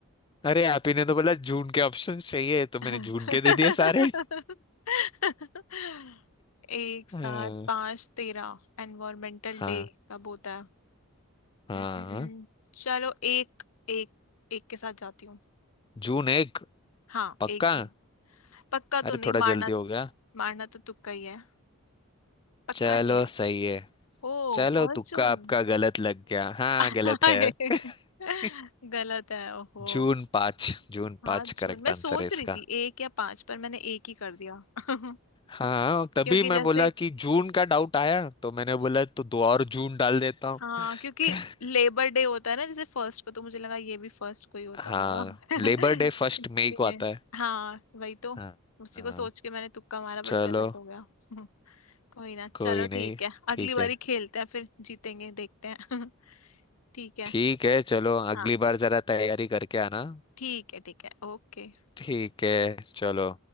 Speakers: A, on the left; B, on the left.
A: अरे आप ही ने तो बोला जून के ऑप्शन चाहिए तो
B: <laughs>
A: मैंने जून के दे दिए सारे
B: एक साथ
A: हाँ
B: पांच तेरह एनवायरमेंटल
A: हाँ
B: डे कब होता है
A: हाँ
B: हम्म, हम्म, हम्म, चलो एक एक एक के साथ जाती हूँ
A: जून एक
B: हाँ
A: पक्का
B: एक जून पक्का
A: अरे
B: तो नहीं
A: थोड़ा
B: मारना
A: जल्दी हो गया
B: मारना तो तुक्का ही है पक्का
A: चलो
B: नहीं है
A: सही है
B: ओ
A: चलो
B: फर्स्ट
A: तुक्का
B: जून
A: आपका गलत लग गया हाँ
B: <laughs>
A: गलत
B: हाय।
A: है <laughs>
B: गलत है ओहो
A: जून पाँच जून
B: हाँ
A: पाँच
B: जून
A: करेक्ट
B: मैं
A: आंसर
B: सोच
A: है इसका
B: रही थी एक या पांच पर मैंने एक ही कर दिया <laughs>
A: हाँ तभी
B: क्योंकि
A: मैं
B: जैसे
A: बोला कि जून का डाउट आया तो मैंने बोला तो दो और जून डाल देता हूँ
B: हाँ
A: <laughs>
B: क्योंकि लेबर डे होता है ना जैसे फर्स्ट को तो मुझे लगा ये भी फर्स्ट को ही होता
A: हाँ
B: होगा <laughs>
A: लेबर डे फर्स्ट
B: इसलिए
A: मई को आता है
B: हाँ वही तो
A: हाँ
B: उसी
A: हाँ,
B: को सोच के मैंने तुक्का मारा बट
A: चलो
B: गलत हो गया <laughs> कोई ना
A: कोई
B: चलो
A: नहीं
B: ठीक है अगली
A: ठीक
B: बारी
A: है
B: खेलते हैं फिर जीतेंगे देखते हैं <laughs> ठीक है
A: ठीक है चलो अगली
B: हाँ
A: बार जरा तैयारी करके आना
B: ठीक है ठीक है ओके
A: ठीक है चलो